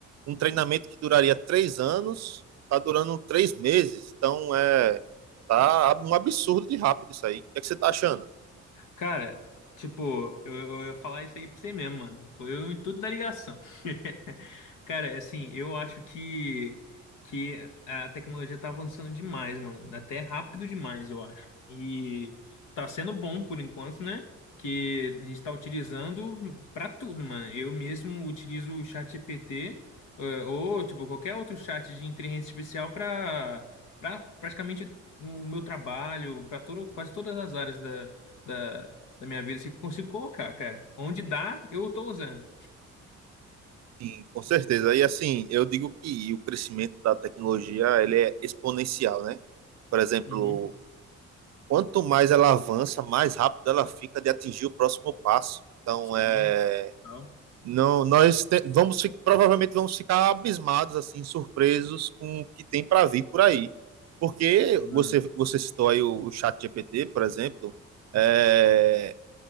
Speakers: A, on the right; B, on the left.
A: um treinamento que duraria três anos tá durando três meses. Então, é... Tá um absurdo de rápido isso aí. O que é que você tá achando?
B: Cara, tipo, eu, eu ia falar isso aí pra você mesmo, mano. Foi eu em tudo da ligação. <laughs> Cara, assim, eu acho que, que a tecnologia tá avançando demais, mano. Até rápido demais, eu acho. E tá sendo bom por enquanto, né? Que a gente tá utilizando pra tudo, mano. Eu mesmo utilizo o chat GPT, eh, ou, tipo, qualquer outro chat de inteligência artificial pra, pra praticamente o meu trabalho, pra todo, quase todas as áreas da. da da minha vida assim, que eu consigo colocar, cara. Onde dá, eu tô usando.
A: Sim, com certeza. E assim, eu digo que o crescimento da tecnologia ele é exponencial, né? Por exemplo,
B: Uhum.
A: quanto mais ela avança, mais rápido ela fica de atingir o próximo passo. Então,
B: Sim.
A: é,
B: Não.
A: não, nós te- vamos fi- provavelmente vamos ficar abismados, assim, surpresos com o que tem para vir por aí. Porque
B: Mano.
A: você, você citou aí o, o chat GPT, por exemplo, é,